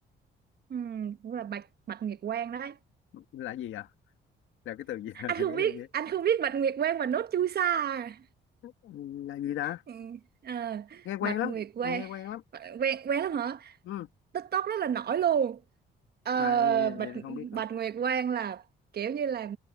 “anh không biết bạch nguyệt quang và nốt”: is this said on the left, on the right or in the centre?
Right